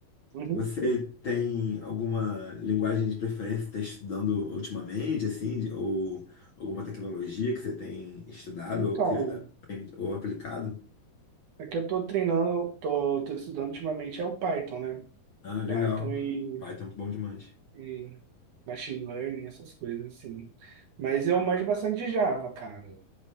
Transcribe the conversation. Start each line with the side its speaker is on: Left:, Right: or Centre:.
Right: Uhum.
Left: Você tem alguma linguagem de preferência que está estudando ultimamente, assim, de- ou alguma tecnologia que você tem estudado
Right: Então.
Left: ou querido, ou aplicado?
Right: É que eu tô treinando, tô, tô estudando ultimamente é o Python, né?
Left: Ah, legal.
Right: Python e,
Left: Python é bom demais.
Right: e machine learning, essas coisas assim. Mas eu manjo bastante de Java, cara.